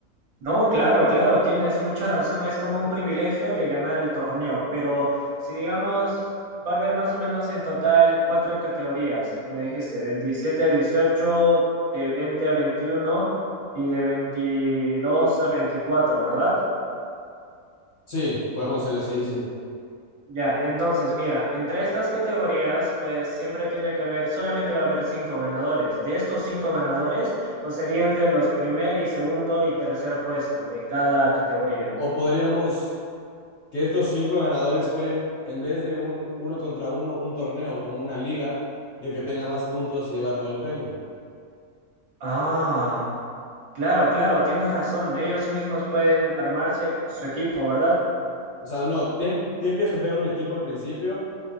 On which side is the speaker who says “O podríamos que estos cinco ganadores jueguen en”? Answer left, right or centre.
Left